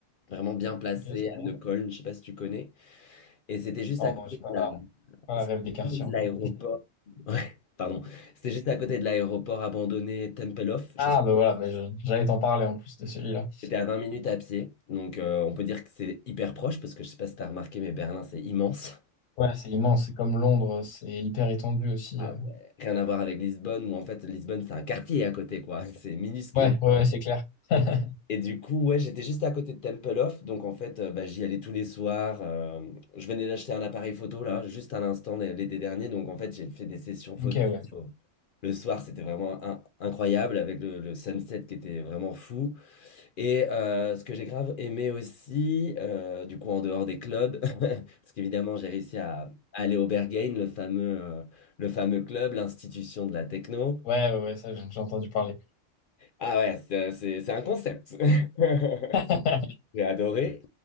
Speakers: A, on the left (about 55°); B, on the left (about 85°).
A: Vraiment bien placée
B: Ok c'est
A: à
B: bon.
A: Neukölln, je sais pas si tu connais. Et c'était juste
B: Oh
A: à côté
B: non j'ai pas
A: de la,
B: la pas la
A: C'était
B: rêve des
A: juste
B: quartiers
A: à côté de
B: encore.
A: l'aéroport. Ouais, pardon. C'était juste à côté de l'aéroport abandonné Tempelhof Je
B: Ah
A: sais-
B: bah voilà bah, je- j'allais t'en parler en plus de celui-là.
A: C'était à 20 minutes à pied. Donc, euh, on peut dire que c'est hyper proche parce que je sais pas si t'as remarqué, mais Berlin, c'est immense.
B: Ouais c'est immense c'est comme Londres c'est hyper étendu aussi.
A: Ah
B: euh.
A: ouais. Rien à voir avec Lisbonne où en fait, Lisbonne, c'est un quartier à côté, quoi. <laughs> C'est minuscule.
B: Ouais ouais, ouais c'est clair. <laughs>
A: Et du coup, ouais, j'étais juste à côté de Temple Off, donc en fait, euh, bah, j'y allais tous les soirs. euh, je venais d'acheter un appareil photo là, juste à l'instant l- l'été dernier, donc en fait, j'ai fait des sessions photo.
B: Ok ouais.
A: euh, Le soir, c'était vraiment in- incroyable avec le, le sunset qui était vraiment fou. Et euh, ce que j'ai grave aimé aussi, euh, du coup, en dehors des clubs, <laughs> parce qu'évidemment, j'ai réussi à à aller au Berghain, le fameux, euh, le fameux club, l'institution de la techno.
B: Ouais, ouais, ouais, ça, j'ai déjà entendu parler.
A: Ah ouais, c'est c'est- c'est un concept. <laughs>
B: <laughs>
A: J'ai adoré.